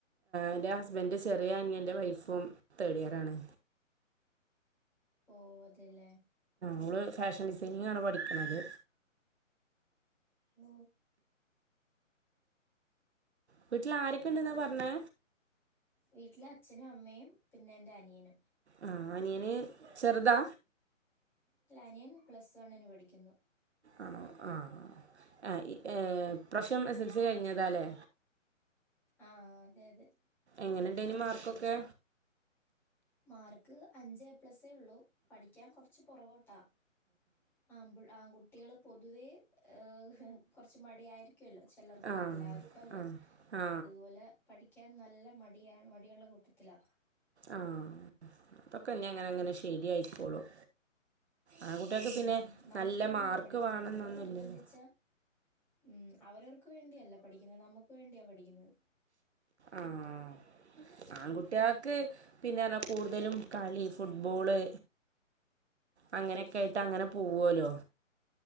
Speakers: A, on the right (about 55°); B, in the centre.
A: എൻ്റെ ഹസ്ബൻ്റെ ചെറിയ അനിയൻ്റെ വൈഫും തേഡ് ഇയറ് ആണ്
B: ഓ അതെല്ലേ
A: ഓൾ ഫാഷൻ ഡിസൈനിംങ്ങ് ആണ് പഠിക്കുന്നത്
B: ഓ
A: വീട്ടിൽ ആരൊക്കെ ഇണ്ടന്നാ പറഞ്ഞേ?
B: വീട്ടില് അച്ഛനും അമ്മയും പിന്നെ എന്റെ അനിയനും.
A: ആഹ് അനിയൻ ചെറുതാ?
B: ഇല്ല അനിയൻ പ്ലസ് വണ്ണിന് പഠിക്കുന്നു.
A: ആണോ ആഹ് ആ ഏഹ് ഇപ്രാവശ്യം എസ് എസ് എൽ സി കഴിഞ്ഞതാല്ലേ?
B: ആഹ് അതെ അതെ.
A: എങ്ങനെയിണ്ടേനി മാർക്കൊക്കെ?
B: മാർക്ക് അഞ്ച് ഏ പ്ലസ് തേള്ള പഠിക്കാൻ കുറച്ച് പുറകോട്ടാ ആ ആൺ കുട്ടികള് പൊതുവേ ഏഹ് കുറച്ച് മടിയായിരി ക്കുവല്ലോ ചിലർക്ക്
A: ആ
B: എല്ലാർക്കുവല്ല
A: ആ ആ
B: ഇതുപോലെ പഠിക്ക ക്കാൻ നല്ല മടിയ മടിയുള്ള കൂട്ടത്തിലാ.
A: ആഹ് ഇപ്പ <unintelligible> അങ്ങനെ അങ്ങനെ ശരിയായിക്കോളും. ആൺ കുട്ടികക്ക്
B: ഉം,
A: പിന്നെ
B: നമുക്ക്
A: നല്ല
B: വേണ്ടിയാ
A: മാർക്ക്
B: പഠിക്കുന്നത്
A: വേണന്നൊന്നുല്ലല്ലോ
B: നമ്മൾ നിർബന്ധിച്ച ഉം, അവരവർക്ക് വേണ്ടിയല്ല പഠിക്കുന്നത് നമുക്ക് വേണ്ടിയാ പഠിക്കുന്നത്
A: ആഹ് ആൺകുട്ടി കക്ക് പിന്നെ കൂടുതലും കളി ഫുട്ബോള് അങ്ങനെയൊക്കെയിട്ട് അങ്ങനെ പോകുമല്ലോ?